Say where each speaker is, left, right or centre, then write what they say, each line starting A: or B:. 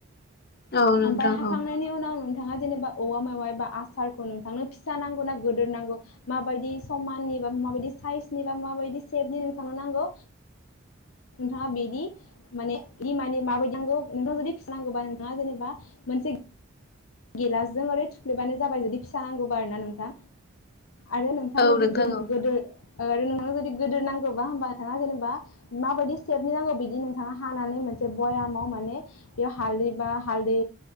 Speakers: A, on the left; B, on the left.
A: औ नोंथां
B: ओमफाय हाखांनायनि
A: औ
B: उनाव नोंथाङा जेनेबा औवा मेवाइ बा आसारखौ नोंथांनो फिसा नांगौ ना गोदोर नांगौ माबायदि समाननि बा माबायदि साइजनि बा माबायदि सेपनि नोंथांनो नांगौ नोंथाङा बिदि माने माने माबायदि नांगौ नोंथाङा जुदि फिसिनांगौबा नोंथाङा जेनेबा मोनसे गिलासजों ओरै थुफ्लेबानो जाबाय जुदि फिसा नांगौबा आरोना नोंथां। आरो नोंथां
A: औ
B: जुदि गो-गोदोर
A: औ
B: आरो नोंथांनो जुदि गोदोर नांगौबा होमबा नोंथाङा जेनेबा माबायदि सेपनि नांगौ बिदि नोंथाङा हानानै मोनसे बयामाव माने बेयाव हालदै बा हालदै